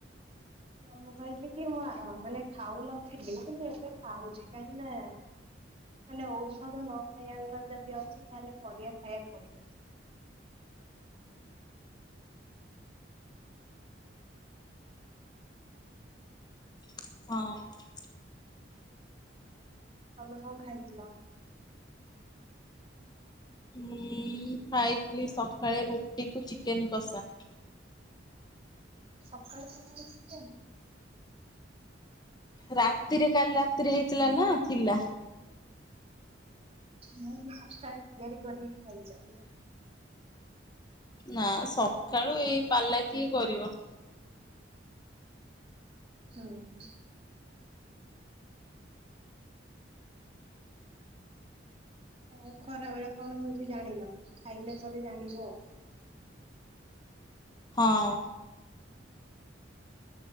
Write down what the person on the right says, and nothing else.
ନା ମୁଁ କହିଲି କି ମୁଁ ମାନେ ଖାଉନଥିଲି କିନ୍ତୁ ଏବେ ଖାଉଛି କାହିଁକି ନା ମାନେ ଔଷଧ ନ ଖାଇବାର ଯଦି ଅଛି ତାହେଲେ ପରିବା ଖାଇବାକୁ ପଡିବ।
ତମେ କଣ ଖାଇଥିଲ?
ସକାଳୁ ସକାଳୁ ଚିକେନ।
ମୁଁ ବି ସକାଳେ ତିଆରି କରିକି ଖାଇଛ।
ହୁଁ। ହଉ ଖରା ବଳେ କଣ ହଉଛି ଜାଣିନ ଖାଇଲେ ପରେ ଜାଣିବ ଆଉ।